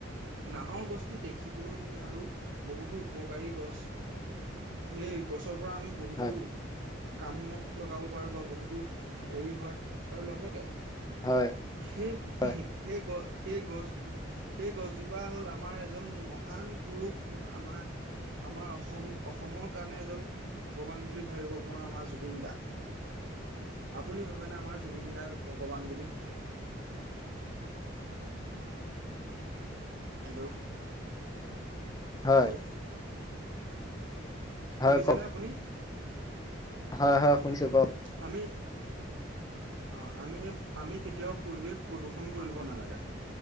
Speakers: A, on the right; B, on the left.
A: নাহৰ গছটো দেখিবলৈও ধুনীয়া আৰু বহুতো উপকাৰী গছ এই গছৰ পৰা আমি বহুতো
B: হয়
A: কামত লগাব পাৰো বা বহুতো হেৰি হয় আৰু লগতে
B: হয় হয়
A: সেই
B: হয়
A: সেই গ সেই গছো, সেই গছজোপা হ'ল আমাৰ এজন মহান পুৰুষ আমাৰ আমাৰ অসম অসমৰ কাৰণে এজন ভগৱান বুলি ভাবিব পাৰো আমাৰ জুবিন দাদাক। আপুনি ভাবেনে আমাৰ জুবিন দাক ভগৱান বুলি <inaudible> হেল্ল'
B: হয়
A: হেল্ল'
B: হয়,
A: শুনিছেনে
B: কওক
A: আপুনি-
B: হয় হয়
A: অ
B: শুনিছো ক
A: আমি অ আমি আমি কেতিয়াও পৰিৱেশ প্ৰদূষণ কৰিব নালাগে।